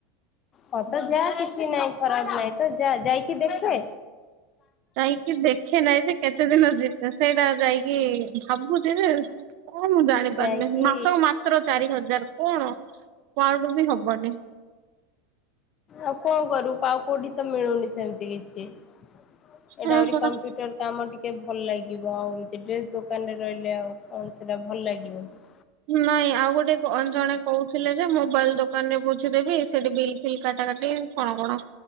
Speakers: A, on the left; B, on the right.
A: ହଁ ତ ଯା କିଛି ନାଇଁ। ଖରାପ ନାଇଁ ତ ଯା ଯାଇକି ଦେଖେ।
B: ଯାଇକି ଦେଖେ ନାହିଁ ଯେ କେତେ ଦିନ ଯେ ସେଇଟା ଯାଇକି ଭାବୁଚି ଯେ କଣ ମୁଁ ଜାଣିପାରୁନି।
A: ଯାଇକି
B: ମାସକୁ ମାତ୍ର ଚାରି ହଜାର କଣ? କୁଆଡୁ ବି ହବନି।
A: ଆଉ କଣ କରିବୁ। ଆଉ କୋଉଠି ତ ମିଳୁନି ସେମିତି କିଛି। ଏଇଟା
B: ହଁ
A: ଆହୁରି
B: ପରା
A: କମ୍ପ୍ୟୁଟର କାମ ଟି ଟିକେ ଭଲ ଲାଗିବ। ଆଉ ଏମତି ଡ୍ରେସ୍ ଦୋକାନରେ ରହିଲେ ଆଉ କଣ ସେଟା ଭଲ ଲାଗିବ କି?
B: ନାଇଁ ଆଉ ଗୋଟେ କ-ଓ ଜଣେ କହୁ ଥିଲେ ଯେ ମୋବାଇଲ୍ ଦୋକାନ ରେ ବୁଝିଦେବି ସେଠି ବିଲ୍ ଫିଲ୍ କାଟା କାଟି କଣ କଣ